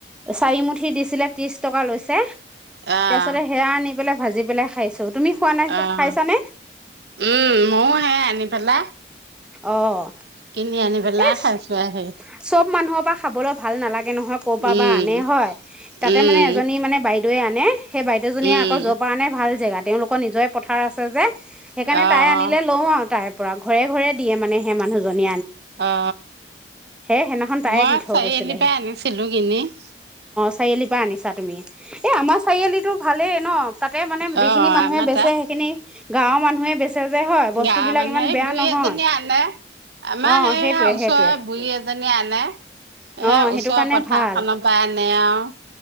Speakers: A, in the centre; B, on the right.
A: চাৰিমুঠি দিছিলে। ত্ৰিছ টকা লৈছে।
B: আহ
A: তাৰপিছতে সেয়া আনি পেলাই ভাজি পেলাই খাইছোঁ তুমি খোৱা নাই
B: আহ
A: খাইছানে
B: উম ময় হে আনি পেলাই
A: অ'
B: কিনি আনিবেলা
A: এই
B: খাইছো আ হেৰি
A: চব মানুহৰ পৰা খাবলৈ ভাল নালাগে নহয় ক'ৰ পৰা
B: উম,
A: বা আনে হয় তাতে
B: উম,
A: মানে এজনী মানে বাইদেউৱে আনে সেই বাইদেউজনীয়ে
B: উম,
A: আকৌ যৰ পৰা আনে ভাল জেগাত তেওঁলোকৰ নিজৰে পথাৰ আছে যে। সেইকাৰণে
B: অ',
A: তাই আনিলে লও আৰু তাই। পৰা ঘৰে ঘৰে দিয়ে মানে সেই মানুহজনী
B: অ
A: সেইদিনাখন তায়ে
B: মই
A: দি থৈ
B: চাৰিআলি
A: গৈছিলেহি
B: পৰাাই আনিছিলো কিনি ।
A: চাৰআলি পৰা আনিছাত তুমি এ আমাৰ চাৰিআলিতো ভালেই ন তাতে মানে
B: অ
A: যিখিনি মানুহে
B: আমাৰ
A: বেচে সেইখিনি গাঁৱৰ মানুহে বেচে যে হয় বস্তুবিলাক
B: গাঁৱ মানুহে
A: ইমান
B: সেই
A: বেয়া
B: বুঢ়ী
A: নহয়
B: এজনী আনে আমাৰ
A: অ
B: সেই
A: সেইটোৱে
B: ওচৰে
A: সেইটোৱে
B: বুঢ়ী এজন জনী আনে স
A: অ সেইটো
B: ওচৰৰ
A: কাৰণে
B: পথাৰ
A: ভাল
B: খনৰ পৰা আনে আৰু ।